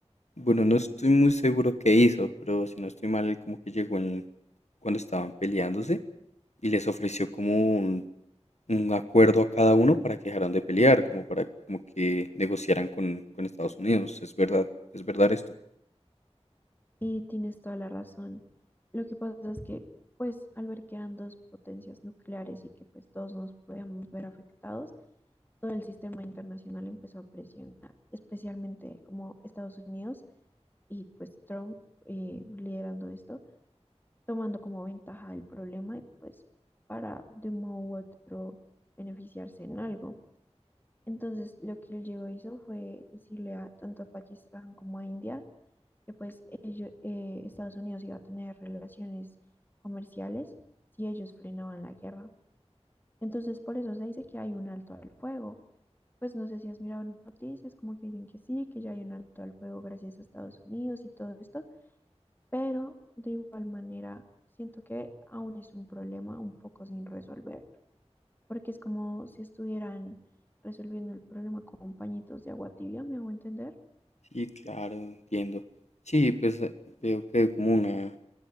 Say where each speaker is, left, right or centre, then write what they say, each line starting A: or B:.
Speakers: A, on the left; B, on the left.
A: bueno, no estoy muy seguro qué hizo, pero si no estoy mal, él como que llegó en, cuando estaban peleándose y les ofreció como un, un acuerdo a cada uno para que dejaran de pelear, como para como que negociaran con, con Estados Unidos. ¿Es verdad? ¿Es verdad esto?
B: Y tienes toda la razón. Lo que pasa es que, pues, al ver que eran dos potencias nucleares y que, pues, todos nos podíamos ver afectados, todo el sistema internacional empezó a presionar, especialmente como Estados Unidos y, pues, Trump eh, liderando esto, tomando como ventaja el problema y, pues, para de un modo u otro beneficiarse en algo. Entonces, lo que el Diego hizo fue decirle a, tanto a Pakistán como a India que pues ello- eh, Estados Unidos iba a tener relaciones comerciales si ellos frenaban la guerra. Entonces, por eso se dice que hay un alto al fuego. Pues no sé si has mirado noticias, como que dicen que sí, que ya hay un alto al fuego gracias a Estados Unidos y todo esto, pero de igual manera siento que aún es un problema un poco sin resolver porque es como si estuvieran resolviendo el problema con pañitos de agua tibia, ¿me hago entender?
A: Sí, claro, entiendo. Sí, pues eh, veo que hay como una,